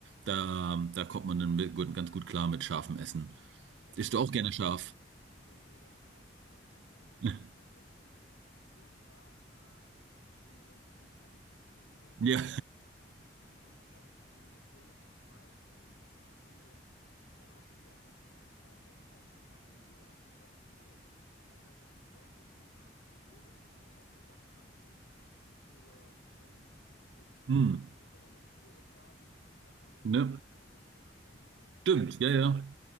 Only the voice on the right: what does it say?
da, da kommt man dann mit- gut, ganz gut klar mit scharfem Essen.
Isst
du auch gerne scharf?
<laughs>
Ja,
hm.
Ne?
Stimmt,
ja, ja.